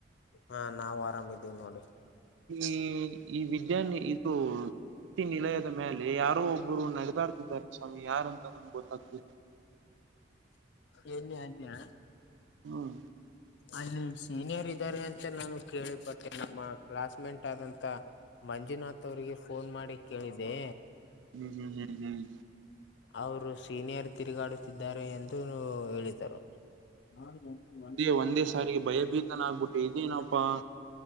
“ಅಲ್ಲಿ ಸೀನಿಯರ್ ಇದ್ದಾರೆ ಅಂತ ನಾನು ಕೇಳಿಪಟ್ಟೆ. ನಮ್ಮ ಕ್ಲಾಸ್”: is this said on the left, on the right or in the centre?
Left